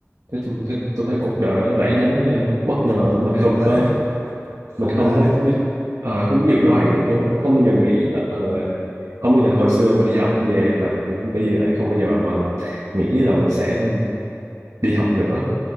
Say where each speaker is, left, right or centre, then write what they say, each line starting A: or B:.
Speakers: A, on the right; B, on the right.
A: Nói chung thế, tôi thấy cuộc đời nó rẽ nhánh ờ, bất
B: nhanh
A: ngờ
B: quá
A: mình
B: nhanh
A: không
B: quá
A: có
B: <laughs> không
A: mình không
B: đỡ
A: có
B: được
A: biết- ờ, không dự đoán được luôn á. không bao giờ nghĩ là ờ, không bao giờ hồi xưa mà đi học về làm công ty ờ, không bao giờ mà nghĩ là mình sẽ đi học nữa